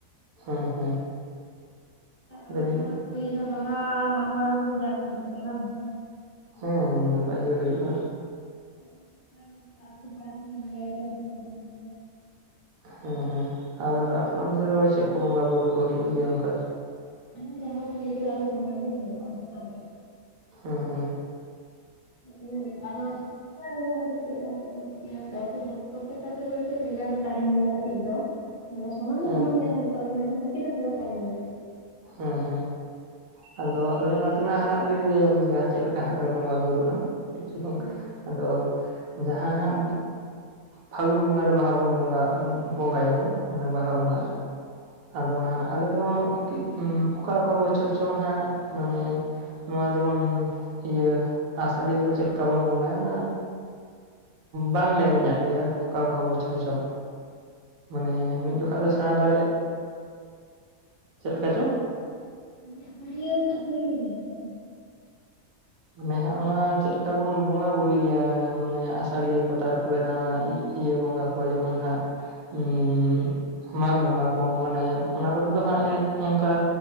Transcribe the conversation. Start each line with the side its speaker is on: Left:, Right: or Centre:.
Right: ᱦᱮᱸ ᱦᱮᱸ
Left: ᱚᱱᱟ
Right: ᱟᱫᱚᱞᱤᱧ
Left: ᱡᱟᱦᱟᱸ᱾ ᱦᱳᱭ ᱡᱟᱦᱟᱸ ᱵᱟᱦᱟ ᱢᱟᱜ ᱢᱚᱬᱮ ᱚᱱᱟ ᱠᱚᱫᱚ ᱡᱟᱜ ᱜᱮ ᱦᱩᱭᱩᱜ ᱛᱟᱯᱮᱭᱟ ᱵᱟᱝ ᱥᱮ?
Right: ᱦᱮᱸ ᱱᱟᱯᱟᱭ ᱜᱮ ᱦᱩᱭᱩᱜ-ᱟ᱾
Left: <unintelligible>
Right: ᱦᱮᱸ ᱦᱮᱸ ᱟᱨ ᱟᱯᱮ ᱚᱱᱛᱮ ᱫᱚ ᱪᱮᱫ ᱠᱚ ᱵᱚᱸᱜᱟ ᱵᱩᱨᱩ ᱠᱚ ᱦᱩᱭᱩᱜ ᱜᱮᱭᱟ ᱚᱱᱠᱟ?
Left: ᱟᱞᱮ ᱦᱚᱸ ᱡᱟᱦᱟᱸ ᱵᱚᱱ ᱞᱟᱹᱭ ᱠᱮᱫᱟ ᱚᱱᱟ ᱥᱟᱱᱟᱢᱟᱜ ᱟᱡᱚᱢ ᱞ ᱦᱩᱭᱩᱜ-ᱟ ᱡᱷᱚᱛᱚ ᱜᱮ ᱾
Right: ᱦᱩᱸ ᱦᱩᱸ᱾
Left: ᱮ ᱛᱮᱧᱟᱝ ᱟᱫᱚ ᱚᱱᱠᱟᱜᱮ ᱦᱩᱭᱩᱜ-ᱟ ᱦᱚᱭᱛᱳ ᱪᱮᱫ ᱠᱟ ᱠᱟᱛᱮᱜ ᱠᱚ ᱪᱤᱠᱟᱹᱭᱟ ᱟᱛᱩ ᱦᱚᱲ, ᱯᱨᱚᱛᱮᱠᱴᱟ ᱟᱛᱩ ᱨᱮᱜᱮ ᱵᱷᱮᱜᱟᱨ ᱫᱚ ᱛᱟᱦᱮᱸᱱ ᱜᱮᱭᱟ ᱠᱟᱹᱴᱤᱡ ᱫᱚ᱾ ᱢᱟᱱᱮ ᱥᱚᱢᱟᱱ ᱫᱚ
Right: ᱦᱮᱸ
Left: ᱥᱚᱢᱟᱱ
Right: ᱦᱮᱸ
Left: ᱜᱮ ᱨᱮᱦᱚᱸ ᱡᱚᱛᱚ ᱜᱮ ᱢᱮᱱᱠᱷᱟᱱ ᱠᱟᱹᱴᱤᱡ ᱫᱚ ᱵᱷᱮᱜᱟᱨ ᱛᱟᱦᱮᱸᱱ ᱜᱮᱭᱟ᱾
Right: ᱦᱮᱸ ᱦᱮᱸ᱾ ᱟᱫᱚ ᱟᱞᱮ ᱱᱚᱛᱮᱱᱟᱜ ᱦᱟᱸᱜ ᱞᱤᱧ ᱞᱟᱹᱭ ᱟᱹᱵᱤᱱ ᱠᱟᱱᱟ ᱪᱮᱫ ᱞᱮᱠᱟ ᱦᱟᱸᱜ ᱞᱮ ᱵᱚᱸᱜᱟ ᱵᱩᱨᱩᱜ-ᱟ ᱪᱮᱫ ᱪᱚᱝ
Left: ᱦᱳᱭ
Right: ᱟᱫᱚ, ᱡᱟᱦᱟᱸ ᱦᱟᱸᱜ ᱯᱷᱟᱜᱩᱱ ᱵᱚᱸᱜᱟ ᱨᱮ ᱵᱟᱦᱟ ᱵᱚᱱ ᱵᱚᱸᱜᱟ ᱵᱚᱸᱜᱟ ᱭᱟᱵᱚᱱ᱾ ᱢᱟᱱᱮ ᱵᱟᱦᱟ ᱵᱚᱸᱜᱟ᱾
Left: ᱦᱳᱭ
Right: ᱟᱫᱚ ᱦᱟᱸᱜ ᱟᱞᱮᱫᱚ ᱠᱤᱡ ᱚᱠᱟ ᱚᱠᱟ ᱵᱚᱪᱷᱚᱨ ᱪᱚ ᱟᱫᱚ ᱦᱟᱸᱜ ᱢᱟᱱᱮ ᱱᱚᱣᱟ ᱡᱮᱢᱚᱱ ᱤᱭᱟᱹ ᱟᱥᱟᱲᱤᱭᱟᱹ ᱠᱚ ᱪᱮᱫ ᱞᱮᱠᱟ ᱵᱚᱱ ᱵᱚᱸᱜᱟᱭᱟ ᱚᱱᱟ ᱵᱟᱝᱞᱮ ᱮᱱᱮᱡ ᱟᱜ ᱜᱮᱭᱟ, ᱚᱠᱟ ᱚᱠᱟ ᱵᱚᱪᱷᱚᱨ ᱪᱚᱝ᱾ ᱢᱟᱱᱮ ᱢᱤᱫ ᱡᱚᱠᱷᱟᱡ
Left: ᱟᱹᱲᱤᱭᱟᱹ
Right: ᱫᱚ ᱥᱮᱬᱟ
Left: ᱟᱹᱥᱟᱹᱲᱤᱭᱟᱹ
Right: ᱫᱟᱲᱮ, ᱪᱮᱫ ᱞᱮᱠᱟ ᱪᱚ᱾
Left: ᱢᱟᱱᱮ ᱟᱥᱟᱲᱤᱭᱟᱹ ᱟᱥᱟᱲᱤᱭᱟᱹ ᱵᱮᱱ ᱞᱟᱹᱭ ᱠᱮᱫᱟ ᱵᱟᱝ?
Right: ᱢᱟᱱᱮ ᱦᱟᱸᱜ ᱚᱱᱟ ᱪᱮᱫ ᱞᱮᱠᱟ ᱵᱚᱱ ᱵᱚᱸᱜᱟ ᱵᱩᱨᱩᱭᱟ ᱢᱟᱱᱮ ᱟᱥᱟᱲᱤᱭᱟᱹ ᱠᱚ ᱛᱟᱨ ᱯᱚᱨᱮ ᱱᱚᱣᱟ ᱤᱭᱟᱹ ᱵᱚᱸᱜᱟ ᱠᱚ ᱡᱮᱢᱚᱱ ᱦᱟᱸᱜ ᱩᱻ ᱢᱟᱜᱽ ᱵᱚᱸᱜᱟ ᱠᱚ ᱢᱟᱱᱮ ᱚᱱᱟ ᱠᱚᱨᱮ ᱫᱚ ᱦᱟᱸᱜ ᱚᱱᱠᱟ